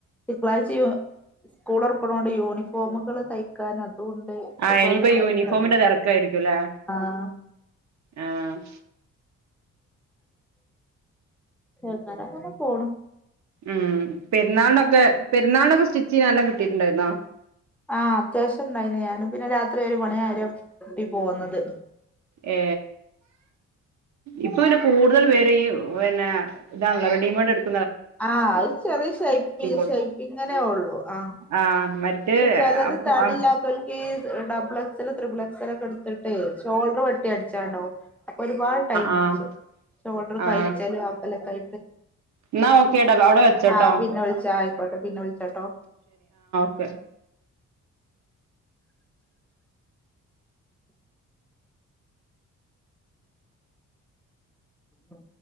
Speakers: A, in the centre; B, on the right.
A: തിങ്കളാഴ്ച യൂ സ്കൂളൊറക്ക്ണോണ്ട് യൂണിഫോമുകള് ക്കാൻ അതൂണ്ട് ഒക്കെപ്പാടെ
B: ആഹ് ഇനിയിപ്പോ
A: തെരക്കാണ്
B: യൂണിഫോമിന്റെ തെരക്കായിരിക്കുംല്ലേ
A: ആഹ്
B: ആഹ്
A: എന്നര അങ്ങനെ പോണ്
B: ഉം പെരുന്നാളിനൊക്കെ പെരുന്നാളിനൊക്കെ സ്റ്റിച്ച് ചെയ്യാൻ നല്ലോ കിട്ട് ട്ടിട്ടുണ്ടായിരുന്നോ
A: ആഹ് അത്യാവശ്യം ഉണ്ടായിനി ഞാന് പിന്നെ രാത്രി ഒരു മണി ആയേര പൂട്ടി പോന്നത്
B: ഏ ഇപ്പൊ പിന്നെ കൂടുതൽ പേര് പിന്നെ ഇതാണല്ലോ റെഡിമെയ്ഡ് എട്ക്ക
A: ആ അത് ചെറിയ ഷെയ്പ്പി
B: കൊ
A: ഷെയ്പ്പിങ്ങനെ ഉള്ളു ആ
B: ആഹ് മറ്റേ
A: ക്ഷെ ചെലത്
B: ആഹ്
A: തടില്ലാത്തോൽ
B: ആഹ്
A: ഈ ഡബിള് എക്സല് ത്രിബിൾ എക്സല് എടുത്തിട്ടേയ് ഷോൾഡർ വെട്ടി അടിച്ചാണ്ടാവും അപ്പൊ ഒരുപാട് ടൈം
B: ആഹ്
A: വച്ചോ ഷോൾഡർ
B: ആഹ്
A: കഴിച്ചാലും ആക്കലൊ കൈ
B: എന്നാ ഓക്കേടാ അവിടെ വെച്ചോട്ടോ
A: ആ പിന്നെ വിളിച്ചാ ആയിക്കോട്ടെ പിന്നെ വിളിച്ചാട്ടോ.
B: ക
A: ഉം